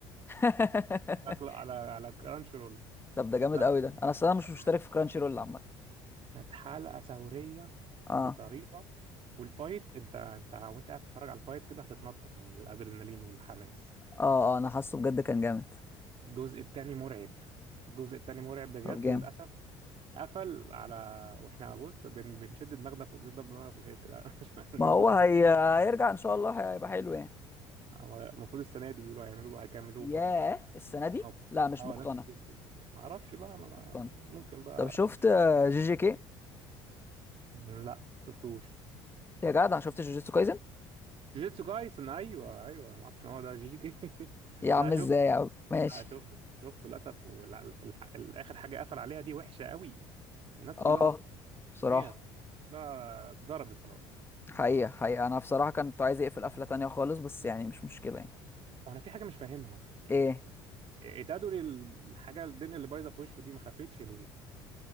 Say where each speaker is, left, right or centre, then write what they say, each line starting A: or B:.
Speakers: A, on the left; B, on the right.
A: <laughs>
B: على كلا- على على كرانش رول
A: طب ده جامد
B: لا
A: قوي ده انا اصل انا مش
B: كانت
A: مشترك
B: حلقة
A: في كرانشي رول عامه
B: كانت حلقة ثورية
A: اه
B: بطريقة والفايت أنت أنت وأنت قاعد تتفرج على الفايت كده هتتنطط من الأدرينالين والحماس
A: اه اه انا حاسه بجد كان جامد
B: الجزء التاني مرعب الجزء التاني مرعب بجد
A: طب جامد
B: وللأسف قفل على واحنا بص بن... بنشد دماغنا في... بنضرب دماغنا في الحيط كده <laughs> عشان
A: ما هو
B: عشان
A: هي... هيرجع ان شاء الله هيبقى حلو يعني
B: هو المفروض السنة دي بيقولوا هيعملوه هيكملوه
A: ياه
B: برضه
A: السنه دي
B: اه
A: لا مش
B: اه
A: مقتنع
B: ناس كتير بتقول كده ما اعرفش بقى ما ما-
A: مقتنع
B: ممكن بقى
A: طب شفت آه، جي جي كي
B: لا ما شفتوش
A: يا جدع شفت جوجيتسو كايزن
B: جوجيتسو كايسن ايوه ايوه ما اعرفش ان هو ده جي جي <laughs>
A: يا عم
B: لا شفت
A: ازاي يا عم ماشي
B: لا شفت شفته للاسف والاخر حاجه قفل عليها دي وحشه قوي الناس
A: اه
B: كلها
A: بصراحه
B: نيت لا اتضربت خلاص
A: حقيقة حقيقة أنا بصراحة كنت عايز أقفل قفلة تانية خالص بس يعني مش مشكلة يعني
B: وانا في حاجه مش فاهمها يعني
A: إيه
B: إيه- إيه تدري الحاجه الدنيا اللي بايظه في وشه دي ما خفتش ليه